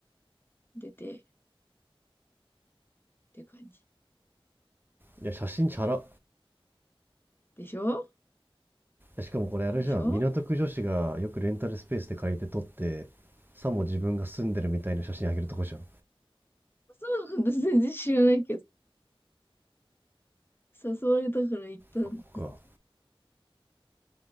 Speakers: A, on the left; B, on the right.
A: 出てって感じ。
B: いや写真チャラ
A: でしょ
B: しかもこれあれじゃん港区女子がよくレンタルスペースで借りて撮ってさも自分が住んでるみたいな写真あげるとこじゃん
A: でしょそうなんだ。全然知らないけど。誘われたから行ったんだ。
B: ここか